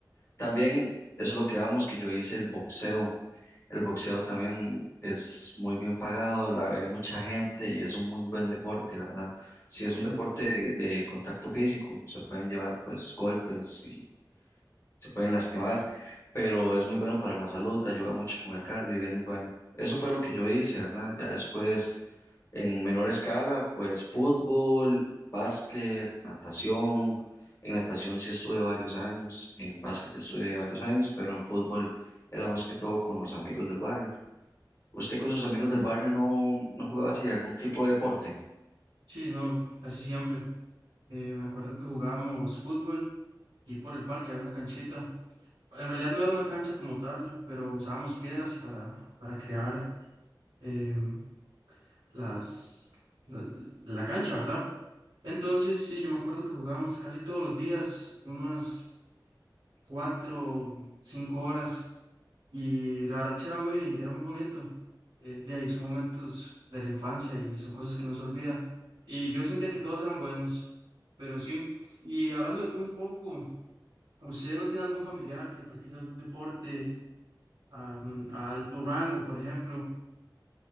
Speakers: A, on the left (about 40°); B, on the right (about 80°).
A: También eso es lo que vamos, que yo hice el boxeo. El boxeo también es muy bien pagado, la ve mucha gente y es un muy buen deporte, ¿verdad? Si
B: Entiendo,
A: es un deporte de, de contacto físico, se pueden llevar pues golpes y se pueden lastimar, pero es muy bueno para la salud, ayuda mucho con el cardio y es muy bueno. Eso fue lo que yo hice, ¿verdad? Ya después, en menor escala, pues fútbol, básquet, natación. En natación sí estuve varios años, en básquet estuve varios años, pero en fútbol era más que todo con los amigos del barrio. ¿Usted con sus amigos
B: claro.
A: del barrio no, no jugaba así algún tipo de deporte?
B: Sí, no, casi siempre. Eh, me acuerdo que jugábamos fútbol y por el parque había una canchita. En realidad no era una cancha como tal, pero usábamos piedras para, para crear em, las, la la cancha, ¿verdad? Entonces, sí, yo me acuerdo que jugábamos casi todos los días, unas cuatro, cinco horas, y la verdad sí era muy, era muy bonito. Eh, de ahí son momentos de la infancia y son cosas que no se olvida. Y yo sentía que todos eran buenos, pero sí. Y hablando de tú un poco, ¿usted no tiene algún familiar que practique algún deporte am, a alto rango, por ejemplo?